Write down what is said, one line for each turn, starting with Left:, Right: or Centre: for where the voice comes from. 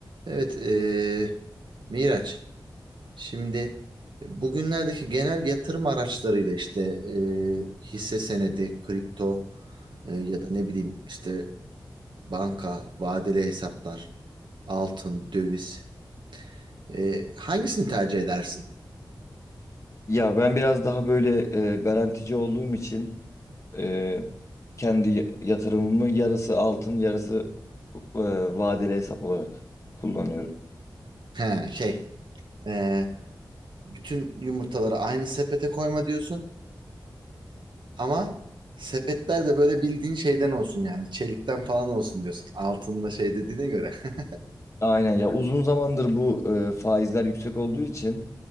Right: Evet, eee Miraç. Şimdi bugünlerdeki genel yatırım araçlarıyla işte eee, hisse senedi, kripto eee, ya da ne bileyim işte banka, vadeli hesaplar, altın, döviz. Eee, hangisini tercih edersin?
Left: Ya ben biraz daha böyle e, garantici olduğum için e, kendi y- yatırımımı yarısı altın yarısı e, vadeli hesap olarak kullanıyorum.
Right: He, şey, eee, bütün yumurtaları aynı sepete koyma diyorsun ama sepetler de böyle bildiğin şeyden olsun yani çelikten falan olsun diyorsun. Altınla şey dediğine göre. <laughs>
Left: Aynen ya uzun zamandır bu e, faizler yüksek olduğu için